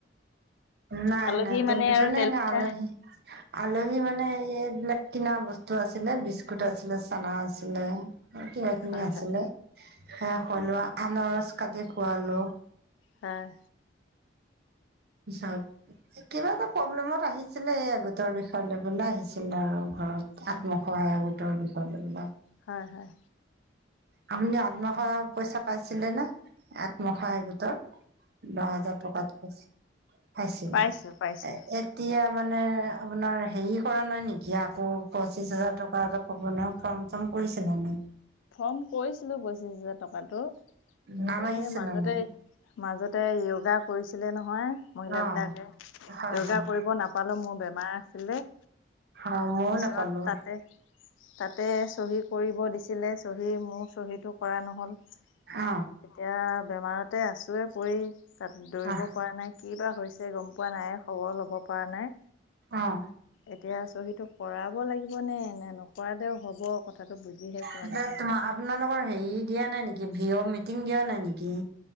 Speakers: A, on the right; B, on the left.
A: নাই
B: আলহী
A: নাই তেলপিঠা
B: মানে আৰু
A: নাই
B: তেল
A: নাই
B: পিঠা
A: আলহি আলহী মানে এই এইবিলাক কিনা বস্তু আছিলে বিস্কুট আছিলে, চানা আছিলে সেয়া এখিনি
B: হয়
A: আছিলে
B: হয়
A: সে হলো আনৰস কাটি খোৱালো
B: হয়
A: পিছত এ কিবা এটা প্ৰব্লেমত আহিছিলে এই গোটৰ বিষয়লৈ পেলায় আহিছিলে আৰু ঘৰত
B: হয়
A: আত্মসহায় গোটৰ বিষয় লৈ পেলায়।
B: হয় হয়
A: আপুনি আত্মসহায়ক পইচা পাইছিলে নে আত্মসহায়ক গোটৰ দহ হাজাৰ টকাতো পাইছিলো পাইছিলে
B: পাইছো পাইছো
A: এ এ তিয়া মানে আপোনাৰ হেৰি কৰা নাই নেকি আকৌ পঁচিছ হাজাৰ টকা এটা পাব ন ফৰ্ম চম কৰিছিলে নাই
B: ফৰ্ম কৰিছিলো পঁচিশ হেজাৰ টকাটো
A: নাম আহিছে
B: এ মাজতে
A: নে নাই?
B: মাজতে য়োগা কৰিছিলে নহয় মহিলাবিলাকে
A: অ',
B: য়োগা
A: হয় হয়
B: কৰিব নাপালো মোৰ বেমাৰ আছিলে
A: অ মইয়ো
B: পিছত
A: নাপালো
B: তাতে তাতে চহী কৰিব দিছিলে চহী মোৰ চহীটো কৰা নহ'ল
A: অ
B: এতিয়া বেমাৰতে আছোৱে পৰি, তাত দৌৰিব
A: অ',
B: পৰা নাই। কি বা হৈছে গম পোৱা নাই খবৰ ল'ব পৰা নাই।
A: অঁ।
B: এতিয়া চহীটো কৰাব লাগিব নে নে নকৰালেও হ'ব কথাটো বুজিহে পোৱা
A: তোমা
B: নাই মই।
A: আপোনালোকৰ হেৰি দিয়া নাই নেকি ভিঅ' মিটিং দিয়া নাই নেকি?